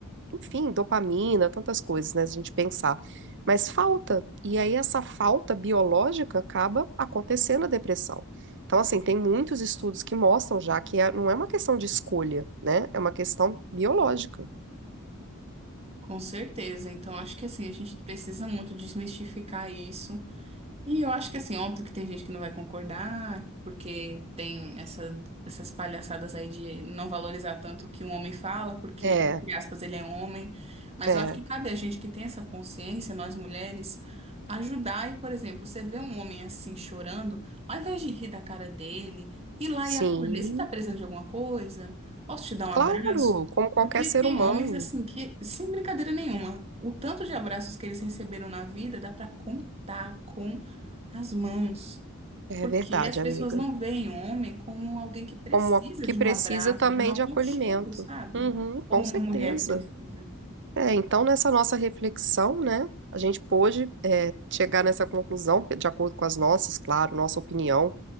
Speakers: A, on the right (about 60°); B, on the right (about 30°).
A: enfim, dopamina, tantas coisas, né? Se a gente pensar. Mas falta. E aí essa falta biológica acaba acontecendo a depressão. Então, assim, tem muitos estudos que mostram já que é- não é uma questão de escolha, né? É uma questão biológica.
B: Com certeza. Então, acho que assim, a gente precisa muito desmistificar isso. E eu acho que assim, óbvio que tem gente que não vai concordar, porque tem essa, essas palhaçadas aí de não valorizar tanto o que um homem fala, porque,
A: É,
B: entre aspas, ele é homem. Mas
A: é,
B: eu acho que cabe a gente que tem essa consciência, nós mulheres, ajudar. E, por exemplo, você vê um homem assim chorando, ao invés de rir da cara dele, ir lá
A: sim,
B: e acolher, você tá precisando de alguma coisa? Posso te dar um
A: claro,
B: abraço?
A: como qualquer
B: Porque
A: ser
B: tem
A: humano.
B: homens assim que, sem brincadeira nenhuma, o tanto de abraços que eles receberam na vida dá pra contar com as mãos.
A: É
B: Porque
A: verdade,
B: as pessoas
A: amiga.
B: não veem o homem como alguém que precisa
A: Como a- que
B: de
A: precisa
B: um abraço,
A: também
B: de um aconchego,
A: de acolhimento.
B: sabe?
A: Uhum,
B: Como
A: com certeza.
B: uma mulher precisa.
A: É, então, nessa nossa reflexão, né, a gente pôde é, chegar nessa conclusão, de acordo com as nossas, claro, nossa opinião,